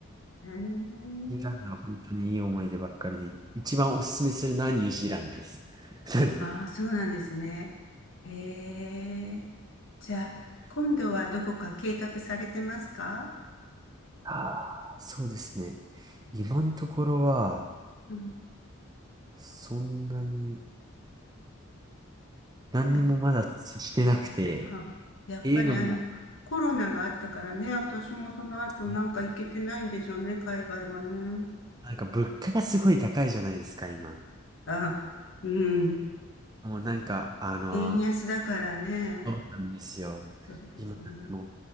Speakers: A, on the left (about 60°); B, on the right (about 20°).
A: へえ。
B: ニュージーランドは本当にいい思い出ばっかりで、一番おすすめするのはニュージーランドです。なんで。
A: ああ、そうなんですね。へえ。じゃあ、今度はどこか計画されてますか
B: ああ、そうですね。今のところは、
A: うん。
B: そんなに、何にもまだしてなくて、
A: や、あ、
B: っ
A: やっぱりあの、
B: ていうのも、
A: コロナがあったからね、私もその後なんか行けてないんでしょうね、
B: ね
A: 海外はね。
B: なんか物価がすごい高いじゃないですか、今。
A: あ、うん。
B: もうなんか、あの、
A: 円安だからね。
B: そうなんですよ。
A: そうですよね。
B: 今、でも、